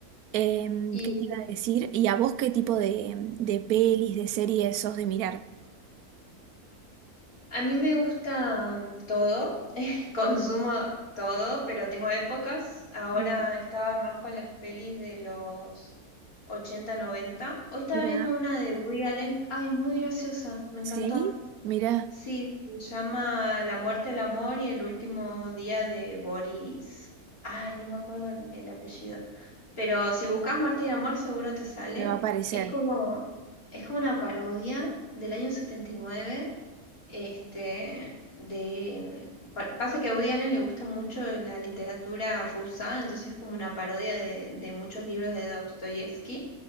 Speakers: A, on the right (about 75°); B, on the left (about 70°).
A: Em,
B: Y
A: ¿qué te iba a decir? ¿Y a vos qué tipo de, de pelis, de series sos de mirar?
B: a mí me gusta todo, <laughs> consumo todo, pero tengo épocas. Ahora
A: Bien,
B: estaba más con las pelis de los 80, 90. Hoy estaba
A: mira.
B: viendo una de Woody Allen. Ay, muy graciosa, me encantó.
A: ¿Sí? Mira,
B: Sí, se llama La muerte del amor y el último día de Boris. Ay, no me acuerdo el, el apellido. Pero si buscas muerte y amor, seguro te sale.
A: me va a aparecer.
B: Es como, es como una parodia del año setenta y nueve Este, de, pa- pasa que a Woody Allen le gusta mucho la literatura rusa, entonces es como una parodia de, de muchos libros de Dostoyevsky.